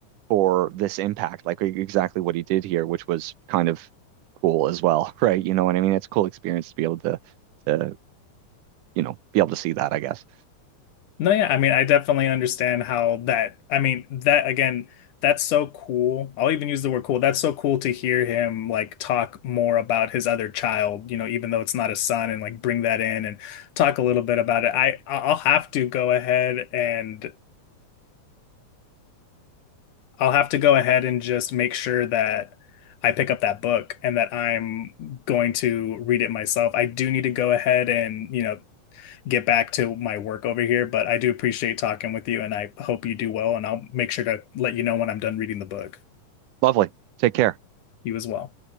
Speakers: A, on the right; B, on the left.
A: for this impact, like e-, exactly what he did here, which was kind of cool as well, <laughs> right? You know what I mean? It's a cool experience to be able to, to, you know, be able to see that, I guess.
B: No, yeah, I mean, I definitely understand how that, I mean, that again, that's so cool. I'll even use the word cool. That's so cool to hear him like talk more about his other child, you know, even though it's not his son and like bring that in and talk a little bit about it. I I'll have to go ahead and I'll have to go ahead and just make sure that I pick up that book and that I'm going to read it myself. I do need to go ahead and, you know, get back to my work over here, but I do appreciate talking with you and I hope you do well, and I'll make sure to let you know when I'm done reading the book.
A: Lovely. Take care.
B: You as well.